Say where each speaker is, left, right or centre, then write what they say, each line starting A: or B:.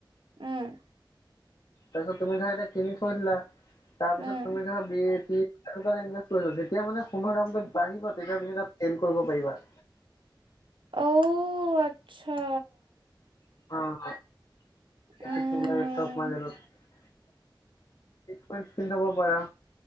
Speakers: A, on the right (about 80°); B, on the left (about 60°).
A: উম।
B: তাৰপিছত তুমি ধৰা এয়া কিনি থৈ দিলা তাৰপিছত
A: উম
B: তুমি ধৰা বি এ টি তেনেকুৱাত ইনভেষ্ট কৰিবা, যেতিয়া মানে সোণৰ দামটো বাঢ়িব তেতিয়া তুমি তাত চেল কৰিব পাৰিবা।
A: অঔ আচ্ছা।
B: অ' <unintelligible> ষ্টক
A: উম
B: মাৰ্কটত। কিন থব পাৰা।